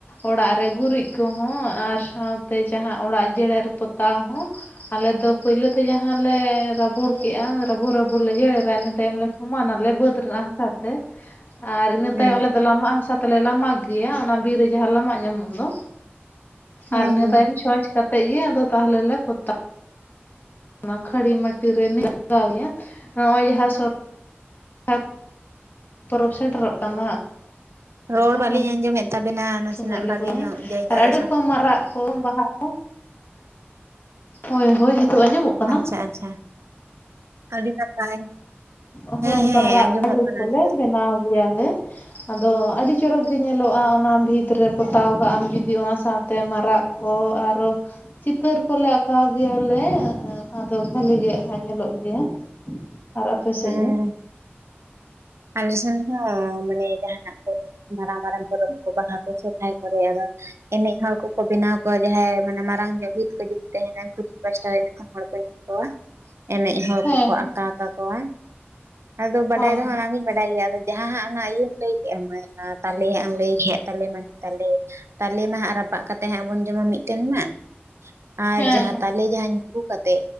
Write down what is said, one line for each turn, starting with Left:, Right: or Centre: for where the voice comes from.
Left: ᱚᱲᱟᱜ ᱨᱮ ᱜᱩᱨᱤᱡ ᱠᱚᱦᱚᱸ ᱟᱨ ᱥᱟᱶᱛᱮ ᱡᱟᱦᱟᱸ ᱚᱲᱟᱜ ᱡᱮᱨᱮᱲ ᱯᱚᱛᱟᱣ ᱦᱚᱸ ᱟᱞᱮ ᱫᱚ ᱯᱳᱭᱞᱳ ᱛᱮ ᱡᱟᱦᱟᱸᱞᱮ ᱨᱟᱵᱚᱲ ᱠᱮᱜᱼᱟ ᱨᱟᱹᱵᱩ ᱨᱟᱹᱵ ᱵᱩᱨ ᱞᱮᱜᱮ ᱤᱱᱟ ᱛᱟᱭᱚᱢ ᱞᱮ ᱥᱚᱢᱟᱱ ᱟᱞᱮ ᱵᱟᱹᱫᱽ ᱨᱮᱱᱟᱜ ᱦᱟᱥᱟ ᱛᱮ ᱟᱨ ᱤᱱᱟᱹ ᱛᱟᱭᱚᱢ
Right: ᱦᱮᱸ
Left: ᱟᱞᱮ ᱫᱚ ᱞᱟᱢᱟᱜ ᱦᱟᱥᱟ ᱛᱮᱞᱮ ᱞᱟᱢᱟᱜ ᱜᱮᱭᱟ ᱚᱱᱟ ᱵᱤᱨ ᱨᱮ ᱡᱟᱦᱟᱸ ᱞᱟᱢᱟᱜ ᱧᱟᱢᱚᱜ ᱫᱚ
Right: ᱦᱮᱸ
Left: ᱟᱨ ᱤᱱᱟᱹ
Right: ᱦᱮᱸ
Left: ᱛᱟᱭᱚᱢ ᱪᱷᱚᱸᱪ ᱠᱟᱛᱮ ᱜᱮ ᱟᱫᱚ ᱛᱟᱦᱚᱞᱮ ᱯᱚᱛᱟ ᱚᱱᱟ ᱠᱷᱟᱹᱲᱤ ᱢᱟᱹᱴᱤᱨ ᱨᱮ <inaudible> ᱜᱟᱣ ᱜᱮᱭᱟ ᱱᱚᱜᱼᱚᱭ ᱡᱟᱦᱟᱸ ᱥᱚᱨ ᱟᱫ ᱯᱚᱨᱚᱵᱽ ᱥᱮᱴᱮᱨᱚᱜ ᱠᱟᱱ ᱫᱚ ᱦᱟᱸᱜ
Right: ᱨᱚᱲ
Left: ᱠᱷᱟᱱ
Right: ᱵᱟᱹᱞᱤᱧ
Left: ᱩᱱ
Right: ᱟᱸᱡᱚᱢᱮᱫ ᱛᱟᱵᱮᱱᱟ ᱱᱟᱥᱮᱱᱟᱜ
Left: ᱥᱚᱢᱚᱭ ᱞᱮ
Right: ᱵᱷᱟᱜᱮ
Left: ᱯᱚᱫᱟᱭᱟ
Right: ᱧᱚᱜ ᱡᱟᱭᱜᱟ
Left: ᱟᱨ ᱟᱹᱰᱤ
Right: ᱨᱮ
Left: ᱨᱚᱠᱚᱢ
Right: ᱥᱮᱱ
Left: ᱢᱟᱨᱟᱜ ᱠᱚ ᱵᱟᱦᱟ ᱠᱚ ᱦᱳᱭ ᱦᱳᱭ ᱦᱤᱛᱚᱜ ᱟᱸᱡᱚᱢᱚᱜ ᱠᱟᱱᱟ?
Right: ᱟᱪᱪᱷᱟ ᱟᱪᱪᱷᱟ ᱟᱹᱰᱤ ᱱᱟᱯᱟᱭ᱾
Left: ᱚᱦᱚ
Right: ᱦᱮᱸ
Left: ᱚᱱᱠᱟ
Right: ᱦᱮᱸ
Left: ᱨᱟᱜ
Right: ᱟᱸᱡᱚᱢᱚᱜ
Left: ᱟᱰᱷᱩᱨ
Right: ᱠᱟᱱᱟ
Left: ᱠᱚᱞᱮ
Right: ᱱᱤᱛᱚᱜ
Left: ᱵᱮᱱᱟᱣ
Right: ᱫᱚ
Left: ᱜᱮᱭᱟᱞᱮ ᱟᱫᱚ ᱟᱹᱰᱤ ᱪᱚᱨᱚᱠ ᱜᱮ ᱧᱮᱞᱚᱜᱼᱟ ᱚᱱᱟ ᱵᱷᱤᱛ ᱨᱮ ᱯᱚᱛᱟᱣ ᱠᱟᱜᱟᱢ ᱡᱩᱫᱤ ᱚᱱᱟ ᱥᱟᱶᱛᱮ ᱢᱟᱨᱟᱜ ᱠᱚ ᱟᱨᱚ ᱪᱤᱛᱟᱹᱨ ᱠᱚᱞᱮ ᱟᱸᱠᱟᱣ ᱜᱮᱭᱟᱞᱮ ᱟᱫᱚ ᱵᱟᱹᱞᱤ ᱜᱮ ᱟ ᱧᱮᱞᱚᱜ ᱜᱮᱭᱟ᱾ ᱟᱨ ᱟᱯᱮ ᱥᱮᱫ
Right: ᱦᱚᱸ
Left: ᱜᱮ?
Right: ᱟᱞᱮ ᱥᱮᱱ ᱦᱚᱸ ᱢᱟᱱᱮ ᱡᱟᱦᱱᱟᱜ ᱠᱚ ᱢᱟᱨᱟᱝ ᱢᱟᱨᱟᱝ ᱯᱚᱨᱚᱵᱽ ᱵᱟᱦᱟ ᱠᱚ ᱥᱚᱨᱦᱟᱭ ᱠᱚᱨᱮ ᱟᱫᱚ ᱮᱱᱮᱡ ᱦᱚᱲ ᱠᱚᱠᱚ ᱵᱮᱱᱟᱣ ᱠᱚᱣᱟ ᱡᱟᱦᱟᱸᱭ ᱢᱟᱱᱮ ᱢᱟᱨᱟᱝ ᱧᱚᱜ ᱵᱷᱤᱛ ᱠᱚ ᱡᱩᱫᱤ ᱛᱟᱦᱮᱱᱟ ᱠᱩᱞᱦᱤ ᱯᱟᱥᱴᱟ ᱨᱮ ᱤᱱᱟᱹ ᱦᱚᱲᱠᱚ ᱧᱮᱞ ᱠᱚᱣᱟ ᱮᱱᱮᱡ ᱦᱚᱲ
Left: ᱦᱮᱸ
Right: ᱠᱚᱠᱚ ᱟᱸᱠᱟᱣ ᱠᱟᱠᱚᱣᱟ ᱟᱫᱚ ᱵᱟᱰᱟᱭ
Left: ᱦᱳᱭ
Right: ᱫᱚᱦᱚ
Left: ᱦᱮᱸ
Right: ᱟᱢᱤᱧ ᱵᱟᱰᱟᱭ ᱜᱮᱭᱟ ᱟᱫᱚ ᱡᱟᱦᱟᱸ ᱦᱟᱸᱜ ᱚᱱᱟ ᱤᱭᱟᱹᱢ ᱞᱟᱹᱭ ᱠᱮᱫ-ᱟ ᱢᱟᱹᱭ ᱚᱱᱟ ᱛᱟᱞᱮ ᱦᱟᱸᱜ ᱮᱢ ᱞᱟᱹᱭ ᱠᱮᱫ ᱛᱟᱞᱮ ᱢᱟᱹᱰᱤ ᱛᱟᱞᱮ ᱛᱟᱞᱮ ᱢᱟ ᱦᱟᱸᱜ ᱨᱟᱯᱟᱜ ᱠᱟᱛᱮᱜ ᱦᱟᱸᱜ ᱵᱚᱱ ᱡᱚᱢᱟ ᱢᱤᱫᱴᱮᱱ ᱢᱟ ᱟᱨ ᱡᱟᱦᱟᱸ
Left: ᱦᱮᱸ
Right: ᱛᱟᱞᱮ ᱡᱟᱦᱟᱸ ᱧᱩᱨᱩ ᱠᱟᱛᱮ